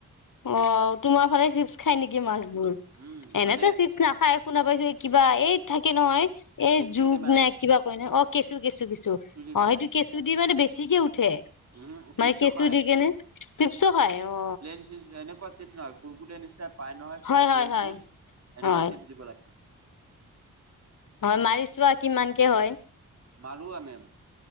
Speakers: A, on the left; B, on the right.
A: অ তোমাৰ ফালে চিপছ্ খাই নেকি মাছবোৰ
B: উম
A: এনেতো
B: মানে
A: চিপছ নাখ খায় শুনা পাইছোঁ এই কিবা এই থাকে নহয় এই
B: কেঁচু
A: যুগ
B: দি মাৰে
A: নে কিবা কয় নহয় অ। কেঁচু, কেঁচু, কেঁচু
B: দি
A: অ
B: মাৰে
A: সেইটো কেঁচু দি মানে বেছিকে উঠে।
B: উম চিপছো
A: মানে কেঁচু
B: খায়
A: দি কেনে চিপছ্ও খায় অ।
B: <unintelligible> এনেকুৱা চিপছ্ নহয় কুৰকুৰে নিছিনা পাই নহয়
A: হয় হয়
B: প্লেন
A: হয়।
B: চিপছ্ সেনেকুৱা
A: হয়
B: চিপছ্ দিব লাগে।
A: হয় মাৰি চোৱা কিমানকে হয়।
B: মাৰো আমিম।